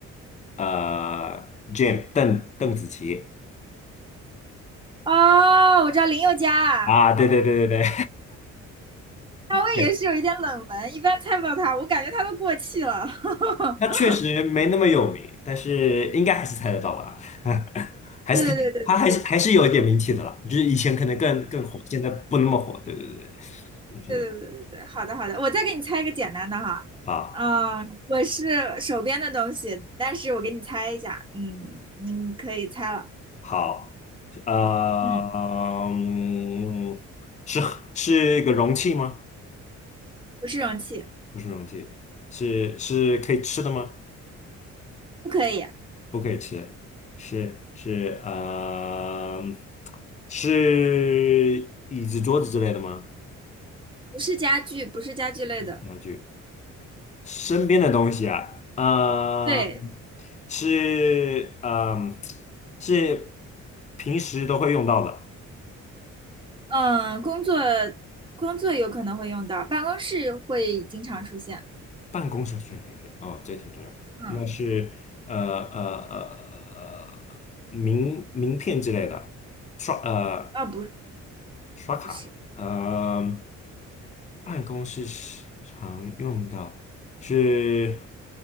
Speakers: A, on the left; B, on the right.
A: 呃 Jam 邓邓紫棋
B: 哦，我知道林宥嘉啊。
A: 啊，对对对对对
B: 夏威也是有一点冷门，
A: 对，<laughs>
B: 一般猜不到它，我感觉它都过气了。<laughs>
A: 他确实没那么有名，但是应该还是猜得到吧？<laughs> 还是挺，
B: 对对对对
A: 他还是还是有一点名气的啦，就是以前可能更更火，现在不那么火。对对对，你说的
B: 对对对对对对，好的好的，我再给你猜一个简单的哈，
A: 啊，
B: 嗯、我是手边的东西，但是我给你猜一下，嗯，你可以猜了，
A: 好，呃，
B: 嗯，
A: 嗯是是个容器吗？
B: 不是容器，
A: 不是容器，是是可以吃的吗？
B: 不可以，
A: 不可以吃，是是呃，是椅子桌子之类的吗？
B: 不是家具，不是家具类的，
A: 啊身边的东西啊，呃，
B: 对，
A: 是，嗯、是平时都会用到的，
B: 嗯，工作工作有可能会用到，办公室会经常出现，
A: 办公室是要是，哦，这挺重要。
B: 嗯，
A: 那是呃呃呃名名片之类的，刷呃
B: 啊，不是
A: 刷卡，
B: 不是。
A: 呃，办公室是常用的是